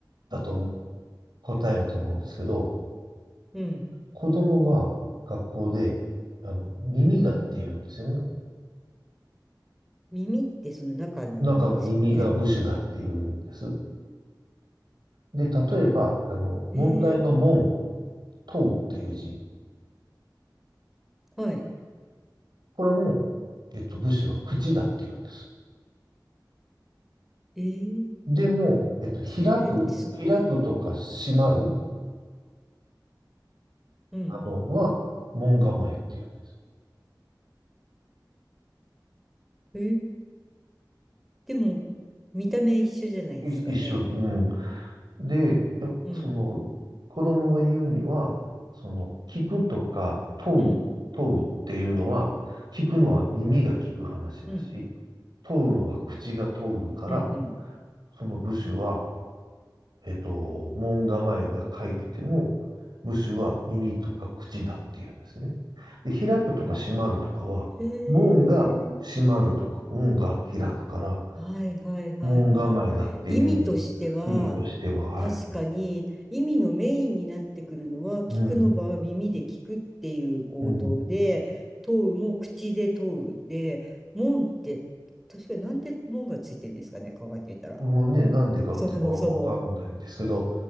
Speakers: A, on the right; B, in the centre.
A: だと答えると思うんですけど、
B: うん。
A: 子供は学校で、あの、耳だって言うんですよね。
B: 耳ってその中の耳ですよね。
A: 中の耳が部首だって言うんです。で、例えば、あの、
B: えー、
A: 問題の門、問うっていう字
B: はい。
A: これも、えっと、武士は口だって言うんです。
B: えー、
A: でも、えっと、開く、
B: それってすごい。
A: 開くとか閉まる、
B: うん。
A: あの、は、門構えって言うん
B: えー、でも、見た目一緒じゃないですかね。
A: です。い一緒、うん。で、やその、
B: うん。
A: 子供が言うには、その、聞くとか、問う、
B: うん。
A: 問うっていうのは、聞くのは耳が聞く話だし、
B: うん。
A: 問うのは口が問うから、
B: うん。うん。
A: その部首はえっと、門構えが書いてても、部首は耳とか口だっていうんですね。で、開くとか閉まるとかは、
B: へ
A: 門が閉まるとか、
B: え。
A: 門が開くから、
B: はいはいはいはい。
A: 門構えだっていう
B: 意味としては、
A: 意味としては、はい。
B: 確かに意味のメインになってくるのは、聞くの場は耳で聞くっていう行動で、
A: うん。うん。
B: 問うも口で問うで、門って、確かになんで門がついてるんですかね、考えてみたら。
A: もうね、なんでかってはわかんないですけど、
B: そもそも。